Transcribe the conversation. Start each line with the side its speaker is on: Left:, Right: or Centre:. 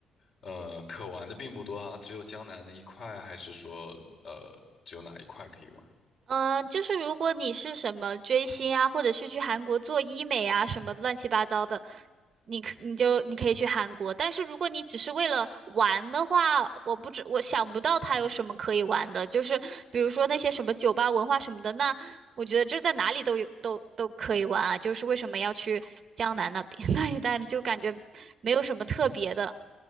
Left: 呃，可玩的并不多，好像只有江南那一块，还是说，呃，只有哪一块可以玩？
Right: 嗯，呃就是如果你是什么追星啊，或者是去韩国做医美啊，什么乱七八糟的，你可你就你可以去韩国。但是如果你只是为了玩的话，我不知我想不到它有什么可以玩的，就是比如说那些什么酒吧文化什么的，那我觉得这在哪里都有都都可以玩啊。就是为什么要去江南那边 <laughs> 那一带，就感觉没有什么特别的。